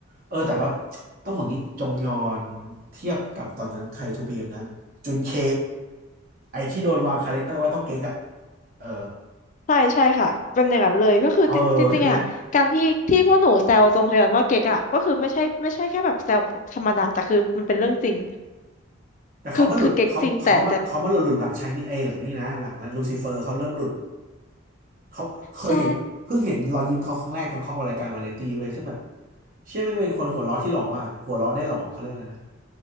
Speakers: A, on the right; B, on the left.
A: เออแต่ว่าต้องบอกงี้จงยอนเทียบกับตอนนั้นใครทูพีเอ็มนะจุนเคไอที่โดนวางคาแรคเตอร์ว่าต้องเก๊กอะเออ
B: ใช่ใช่ค่ะเป็นอย่างนั้นเลยก็คือจริงจริงๆอ่ะการที่ที่พวกหนูแซวทรงพยาบาลว่าเก๊กอ่ะก็คือไม่ใช่ไม่ใช่แค่แบบแซวธรรมดาแต่คือมันเป็นเรื่องจริง
A: เออใช่ไหมแต่เขามาหลุดเขาเขามาเขามาหลุดหลุดหลังใช้นี่เอยหลังนี่นะหลังลูซิเฟอร์เขาเริ่มหลุด
B: คือคือเก๊กจริงแต่แต่
A: เขาเคยเห็นเพิ่งเห็นรอยยิ้มเขาครั้งแรกตอนเขาออกรายการวาไรตี้เว้ยซึ่งแบบ
B: ใช่
A: เชื่อแม่งเป็นคนหัวเราะที่หล่อมากหัวเราะได้หล่อเขาเรียกว่าอะไรนะ